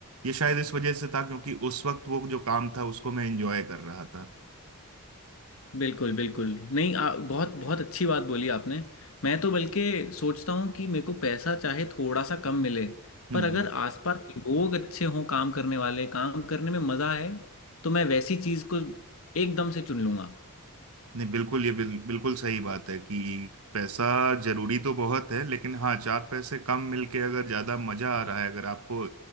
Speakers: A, on the right; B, on the left.
A: ये शायद इस वजह से था क्योंकि उस वक्त वो जो काम था उसको मैं एंजॉय कर रहा था
B: बिल्कुल बिल्कुल नहीं आ, बहुत बहुत अच्छी बात बोली आपने मैं तो बल्कि सोचता हूँ कि मेरे को पैसा चाहे थोड़ा सा कम मिले
A: हम्म
B: पर अगर आसपास लोग अच्छे हों काम करने वाले काम करने में मज़ा है तो मैं वैसी चीज़ को एकदम से चुन लूंगा
A: नहीं बिल्कुल ये बिल, बिल्कुल सही बात है कि पैसा जरूरी तो बहुत है लेकिन हाँ चार पैसे कम मिलके अगर ज्यादा मजा आ रहा है अगर आपको